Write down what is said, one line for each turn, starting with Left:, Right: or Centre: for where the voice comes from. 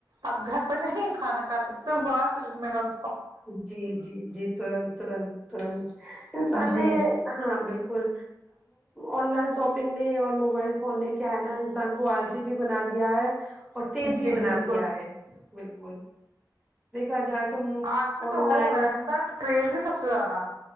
Right: آپ گھر پہ نہیں کھانا کھا سکتے باہر سے مراب
Centre: جی جی جی ترنت ترنت ترنت انسان
Right: جی
Centre: نے ہاں بالکل آن لائن شاپنگ نے اور موبائل فون نے کیا ہے نا انسان کو آلسی بھی بنا دیا ہے اور
Right: جی
Centre: تیز بھی
Right: جی
Centre: بنا
Right: بالکل
Centre: دیا ہے بالکل دیکھا جائے تو
Right: آج بھی تو
Centre: آن
Right: ہو
Centre: لائن
Right: گیا انسان کریز ہی سب سے زیادہ